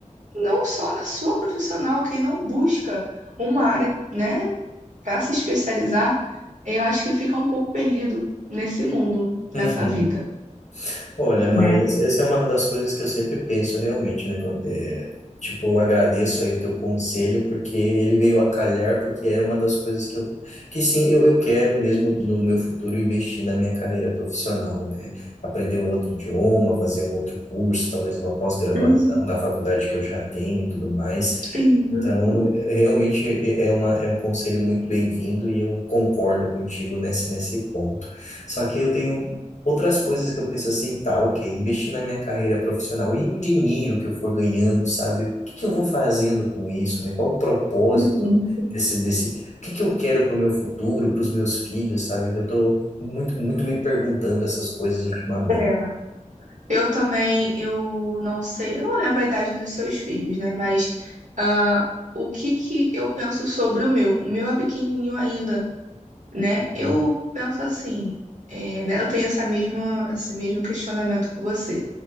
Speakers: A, on the right; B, on the left.
A: não só na sua profissional, quem não busca uma área, né, para se especializar, eu acho que fica um pouco perdido nesse mundo, nessa
B: Uhum.
A: vida,
B: Olha, mas
A: né?
B: essa é uma das coisas que eu sempre penso realmente, né? quando- é, tipo, eu agradeço aí o teu conselho, porque ele veio a calhar, porque era uma das coisas que eu, que sim, eu, eu quero mesmo no meu futuro investir na minha carreira profissional, né? Aprender um outro idioma, fazer um outro curso, talvez uma pós-graduação
A: Uhum,
B: da faculdade que eu já tenho e tudo mais.
A: isso,
B: Então, realmente é é uma, é um conselho muito bem-vindo e eu concordo contigo nesse, nesse ponto. Só que eu tenho outras coisas que eu penso assim, tá, ok, investir na minha carreira profissional e o dinheiro que eu for ganhando, sabe? O que que eu vou fazendo com isso, né? Qual o propósito
A: enfim.
B: desse, desse, o que que eu quero para o meu futuro, para os meus filhos, sabe? Eu tô muito, muito me perguntando essas coisas ultimamente.
A: É. Eu também, eu não sei, eu não lembro a idade dos seus filhos, né? Mas ah, o que que eu penso sobre o meu? O meu é pequenininho ainda. né? Eu
B: né?
A: penso assim, é, né? Eu tenho essa mesma, esse mesmo questionamento que você.